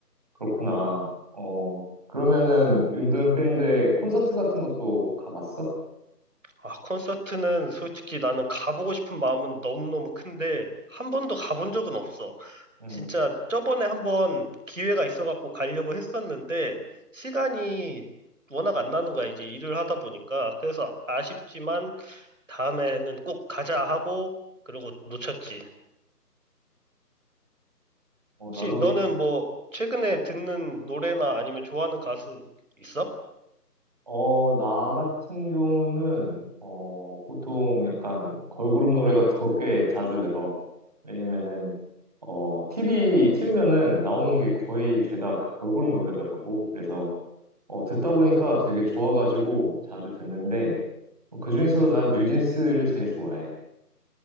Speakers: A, on the right; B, on the right.
A: 그렇구나. 어, 그러면은 윤도은 밴드의 콘서트 같은 것도 가봤어?
B: 아 콘서트는 솔직히 나는 가보고 싶은 마음은 너무너무 큰데 한 번도 가본 적은 없어.
A: 음,
B: 진짜 저번에 한번 기회가 있어갖고 가려고 했었는데 시간이 워낙 안 나는 거야 이제 일을 하다 보니까 그래서 아쉽지만 다음에는 꼭 가자 하고, 그러고 놓쳤지.
A: 어,
B: 혹시
A: 나도
B: 너는 뭐, 최근에 듣는 노래나 아니면 좋아하는 가수 있어?
A: 어, 나 같은 경우는, 어, 보통 약간 걸그룹 노래 같은 거 꽤 자주 들어. 왜냐면은, 어, TV 틀면은 나오는 게 거의 죄다 그 걸그룹 노래더라고. 그래서, 어, 듣다 보니까 되게 좋아가지고 자주 듣는데, 그중에서도 난 뉴진스를 제일 좋아해.